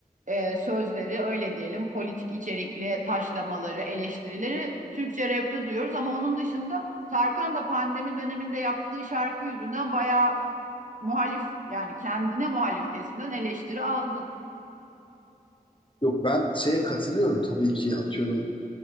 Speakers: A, on the right (about 55°); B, on the left (about 30°).
A: e, sözleri öyle diyelim politik içerikli taşlamaları, eleştirileri Türkçe rapte duyuyoruz ama onun dışında Tarkan da pandemi döneminde yaptığı şarkı yüzünden bayağı muhalif yani kendine muhalif kesimden eleştiri aldı.
B: Yok ben şeye katılıyorum tabii ki atıyorum